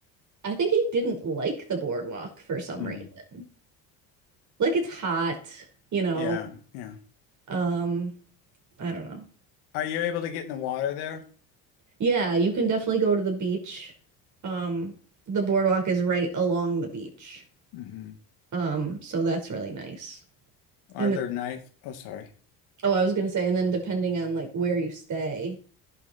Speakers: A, on the right; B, on the left.
A: I think he didn't like the boardwalk for some
B: Hmm.
A: reason. Like it's hot, you know.
B: Yeah, yeah.
A: Um, I don't know.
B: Are you able to get in the water there?
A: Yeah, you can definitely go to the beach. Um, the boardwalk is right along the beach.
B: hmm
A: Um, so that's really nice.
B: Are
A: And
B: there
A: then,
B: nights? Oh, sorry.
A: oh, I was gonna say, and then depending on like where you stay,